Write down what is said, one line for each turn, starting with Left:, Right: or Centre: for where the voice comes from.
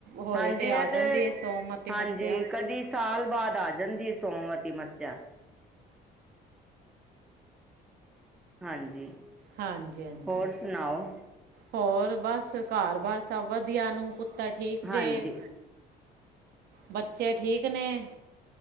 Right: ਹੋਏ
Centre: ਹਾਂਜੀ
Right: ਤੇ ਆ
Centre: ਇਹ
Right: ਜਾਂਦੀ ਏ ਸੋਮਤੀ
Centre: ਹਾਂਜੀ
Right: ਮੱਸੇਆ
Centre: ਕਦੀ ਸਾਲ ਬਾਦ ਆ ਜਾਂਦੀ, ਸੋਮਵਤੀ ਮੱਸੇਆ। ਹਾਂਜੀ।
Right: ਹਾਂਜੀ, ਹਾਂਜੀ
Centre: ਹੋਰ ਸੁਣਾਓ
Right: ਹੋਰ ਬਾੱਸ ਘਾੱਰ ਬਾਰ ਸਭ ਵਦੀਆ ਨੂੰ ਪੁੱਤਰ ਠੀਕ
Centre: ਹਾਂਜੀ
Right: ਜੇ, ਬੱਚੇ ਠੀਕ ਨੇ।